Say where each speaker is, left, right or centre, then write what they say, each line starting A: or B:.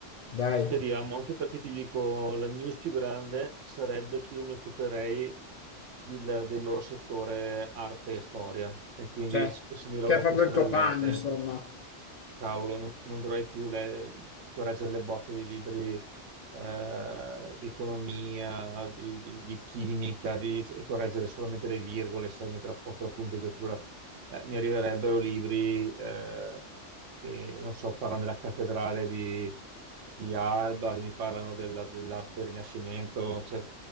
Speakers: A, on the left; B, on the right.
A: dai,
B: Ma speriamo, anche perché ti dico, la news più grande sarebbe che io mi occuperei del, del loro settore arte e storia, e quindi
A: cioè,
B: essendo io
A: che
B: laureato
A: è proprio
B: in storia
A: il tuo
B: dell'arte,
A: pane, insomma.
B: Cavolo, non, non dovrai più le- correggere le bozze di libri eh, di economia, di, di- di chimica, di e correggere solamente le virgole, sai, mettere a posto la punteggiatura. Eh, mi arriverebbero libri eh, che, non so, parlano della cattedrale di, di Alba, che mi parlano della- dell'arte del Rinascimento. Cioè,